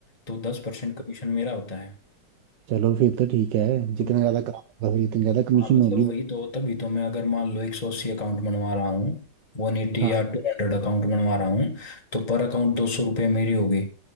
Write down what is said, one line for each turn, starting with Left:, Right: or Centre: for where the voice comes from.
Left: तो दस परसेंट कमीशन मेरा होता है
Right: चलो फिर तो ठीक है जितना
Left: तो
Right: ज्यादा काम होगा फिर उतनी ज्यादा कमीशन
Left: हाँ मतलब
Right: होगी
Left: वही तो तभी तो मैं अगर मान लो एक सौ अस्सी अकाउंट बनवा रहा हूँ वन एटी
Right: हाँ
Left: या टू हंड्रेड अकाउंट बनवा रहा हूँ तो पर अकाउंट दो सौ रुपये मेरी होगी